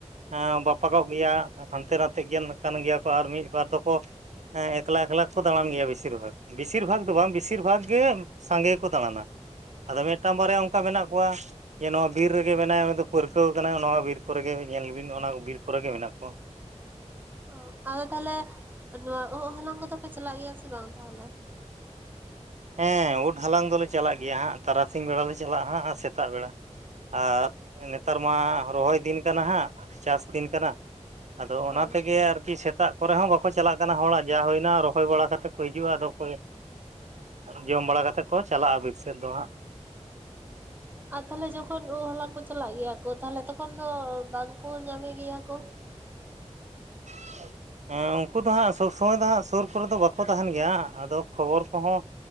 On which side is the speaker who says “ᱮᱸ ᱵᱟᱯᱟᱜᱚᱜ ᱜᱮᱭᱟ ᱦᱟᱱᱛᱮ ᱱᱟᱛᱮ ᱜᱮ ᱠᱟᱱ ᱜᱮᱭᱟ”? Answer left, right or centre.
Right